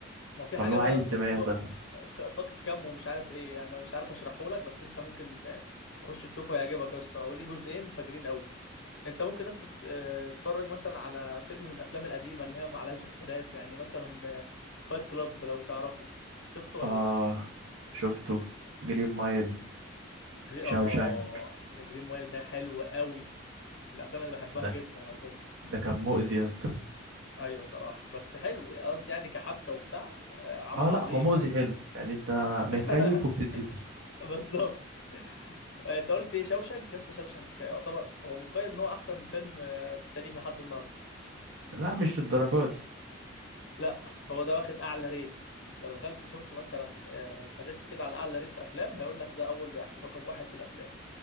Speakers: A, on the left; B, on the right.
A: ما هو في
B: فاللي
A: حاجه
B: هو
A: بقى
B: عايز
A: يا اسطى
B: دماغ
A: ك-
B: ده
A: ك- طاقه كم ومش عارف ايه يعني انا مش عارف اشرحه لك بس انت ممكن آه، تخش تشوفه هيعجبك يا اسطى هو ليه جزئين فاجرين قوي انت ممكن بس تت- آه، تتفرج مثلا على فيلم من الافلام القديمه اللي هي ما عليهاش اختلاف يعني مثلا فايت كلاب لو تعرفه شفته ولا
B: اه
A: لا
B: شفته جرين مايل
A: جري
B: شاوشانك
A: اه ده جرين مايل ده حلو قوي من الافلام اللي بحبها
B: ده
A: جدا على فكره
B: ده كان مؤذي يا اسطى
A: ايوه صراحه بس حلو يعني قصدي يعني كحبكه وبتاع آه، عمل
B: اه
A: عظيم
B: لا هو مؤذي
A: يعني
B: حلو يعني انت متكيف
A: <laughs>
B: وبتتأذي
A: بالظبط آه، انت قلت ايه شوشنك يا اسطى شوشنك يعتبر هو متقيم ان هو احسن فيلم آه، في التاريخ لحد النهارده
B: لا مش للدرجة دي
A: لا هو ده واخد اعلى ريت لو دخلت شفت مثلا آه، سرشت كده على اعلى ريت افلام هيقول لك ده اول واحد رقم واحد في الافلام